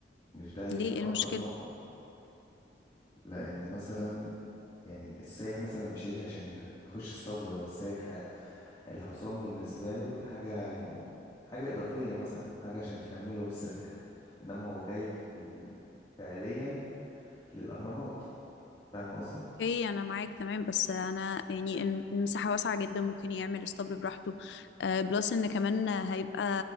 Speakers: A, on the left; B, on the left.
A: مش ده هيبقى
B: ليه إيه المشكلة؟
A: اقصى طموحهم لان مثلا يعني السايح مثلا مش هيجي عشان يخ- يخش اسطبل هو السايح الحصان بالنسبه له دي حاجه يعني حاجه اضافيه مثلا حاجه عشان تكمله بس الرحله انما هو جاي في ال- فعليا للاهرامات فاهم قصدي
B: اوكي انا معاك تمام بس انا يعني الم- المساحه واسعه جدا ممكن يعمل اسطبل براحته آه، بلس ان كمان هيبقى